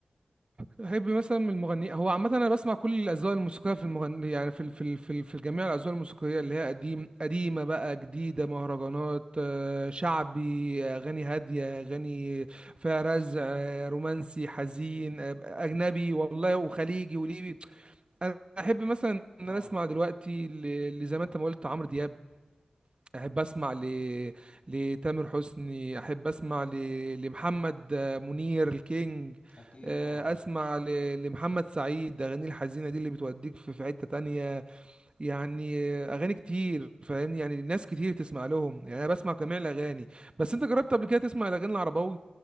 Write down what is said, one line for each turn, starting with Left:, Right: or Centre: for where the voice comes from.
Right: بحب مثلا من المغني هو عامة أنا بسمع كل الأذواق الموسيقية في المغني يعني في ال- في ال- في ال- في جميع الأذواق الموسيقية اللي هي قديم قديمة بقى جديدة مهرجانات آه، شعبي آه، أغاني هادية أغاني فيها رزع آه، رومانسي حزين آه، أجنبي والله وخليجي وليبي أنا أحب مثلا إن
Left: اه
Right: أنا أسمع دلوقتي ل- اللي زي ما أنت ما قلت عمرو دياب احب اسمع ل... لتامر حسني احب اسمع ل... لمحمد منير الكينج
Left: اكيد
Right: آه،
Left: طبعا
Right: اسمع ل... لمحمد سعيد اغاني الحزينه دي اللي بتوديك في في حته تانية يعني اغاني كتير فاهمني يعني ناس كتير تسمع لهم يعني انا بسمع جميع الاغاني بس انت جربت قبل كده تسمع الاغاني العربوي